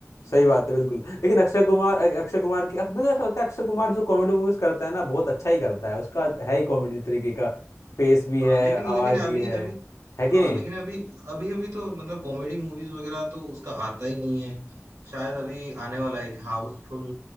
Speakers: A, on the left; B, on the right.
A: सही बात है बिल्कुल लेकिन अक्षय कुमार अक्षय कुमार की मुझे ऐसा लगता है अक्षय कुमार जो कॉमेडी मूवीज करता है ना बहुत अच्छा ही करता है उसका है ही कॉमेडी तरीके का फेस भी
B: हाँ
A: है
B: लेकिन
A: आवाज
B: लेकिन अभी
A: भी है
B: अभी
A: है कि
B: हाँ
A: नहीं
B: लेकिन अभी अभी अभी तो मतलब कॉमेडी मूवीज वगैरह तो उसका आता ही नहीं है शायद अभी आने वाला है एक हाउसफुल